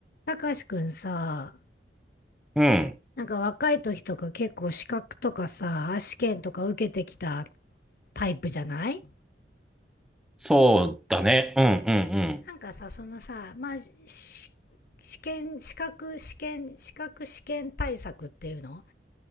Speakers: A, on the left (about 55°); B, in the centre.
A: たかしくんさ、
B: うん。
A: なんか若い時とか結構資格とかさ、試験とか受けてきたタイプじゃない
B: そうだね。うん、
A: なんかさ、そのさ、まあ、し試験、資格試験、資格試験対策っていうの